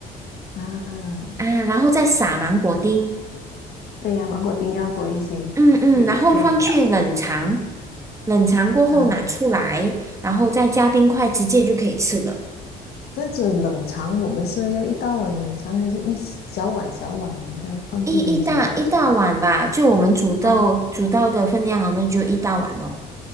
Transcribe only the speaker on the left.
啊，
嗯，对呀、芒果丁要多一些，
有可以咬。
啊，
这样子冷藏，我们是要一大碗冷藏，还是一小碗小碗这样放进冰箱冷藏？
哦